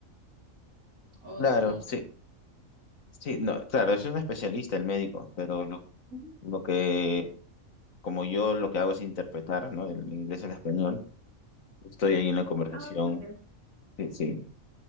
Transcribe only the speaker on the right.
O
sí.
Ujú.
Ah, ok.